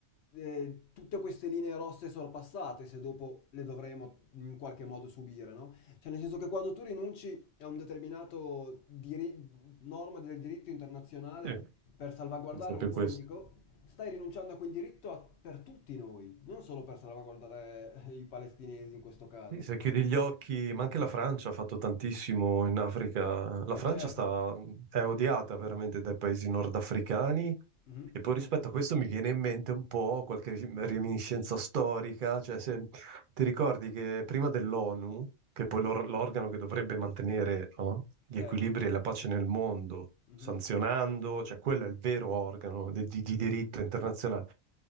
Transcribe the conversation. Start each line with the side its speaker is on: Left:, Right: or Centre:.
Left: eh, tutte queste linee rosse sorpassate, se dopo le dovremo in qualche modo subire, no? Cioè, nel senso che quando tu rinunci a un determinato diri- norma del diritto internazionale
Right: Sì, è
Left: per salvaguardare
Right: proprio
Left: un tuo
Right: questo.
Left: amico, stai rinunciando a quel diritto a- per tutti noi, non solo per salvaguardare eh, i palestinesi in questo caso.
Right: Sì, se chiudi gli occhi, ma anche la Francia ha fatto tantissimo in Africa. La Francia
Left: E certo.
Right: sta- è odiata veramente dai paesi nordafricani.
Left: Mhm,
Right: E poi rispetto a questo mi viene in mente un po' qualche ri- reminiscenza storica, cioè se ti ricordi che prima dell'ONU, che poi l'or- l'organo che dovrebbe mantenere, no, gli
Left: Certo.
Right: equilibri e la pace nel mondo,
Left: Mhm.
Right: sanzionando, cioè quello è il vero organo de- di, di diritto internazionale,